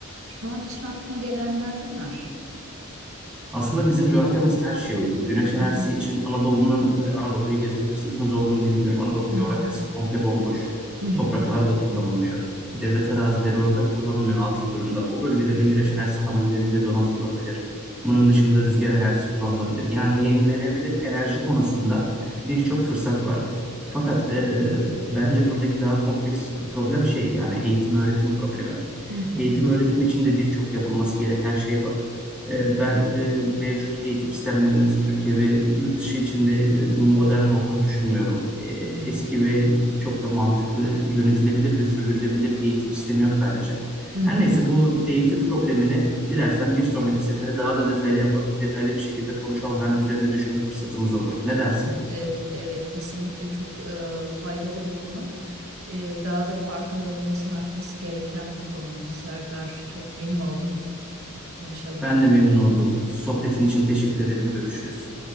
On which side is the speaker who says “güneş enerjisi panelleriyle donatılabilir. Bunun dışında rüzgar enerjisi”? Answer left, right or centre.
Centre